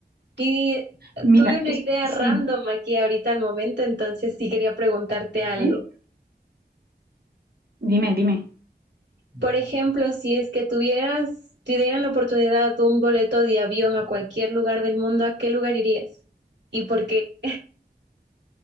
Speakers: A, on the right; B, on the right.
A: y eh,
B: mira,
A: tuve una
B: es-
A: idea
B: sí,
A: random aquí ahorita al momento, entonces sí quería preguntarte algo.
B: ¿sí? Dime, dime.
A: Por ejemplo, si es que tuvieras, te dieran la oportunidad de un boleto de avión a cualquier lugar del mundo, ¿a qué lugar irías? ¿Y por qué?